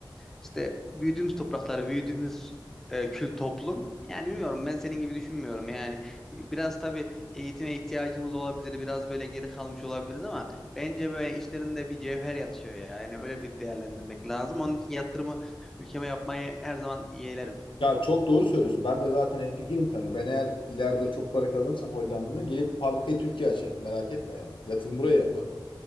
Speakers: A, in the centre; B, on the left.
A: İşte büyüdüğümüz topraklar, büyüdüğümüz e, kült toplum. Yani bilmiyorum ben senin gibi düşünmüyorum. Yani e, biraz tabii eğitime ihtiyacımız olabilir. Biraz böyle geri kalmış olabiliriz ama bence böyle içlerinde bir cevher yatıyor ya. Yani öyle bir değerlendirmek lazım. Onun için yatırımı ülkeme yapmayı her zaman yeğlerim.
B: Ya çok doğru söylüyorsun. Ben de zaten hemfikirim seninle. Ben eğer ileride çok para kazanırsam Hollanda'dan gelip fabrikayı Türkiye açarım. Merak etme yani. Yatırım buraya yaparım.